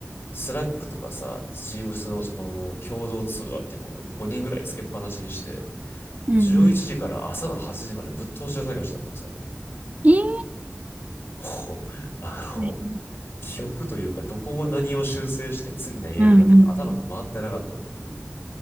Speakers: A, on the left (about 50°); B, on the right (about 35°).
A: スラックとかさ、チームスのその共同通話っていうのを5人ぐらいつけっぱなしにして、
B: うんうんうん。
A: 11時から朝の8時までぶっ通しで作業してたのね、最後。
B: いい。
A: <laughs> もう、あの、
B: 大変
A: 記憶というか、どこを何を修正して次何入れるかって頭が回ってなかったっていう。
B: うんうんうん。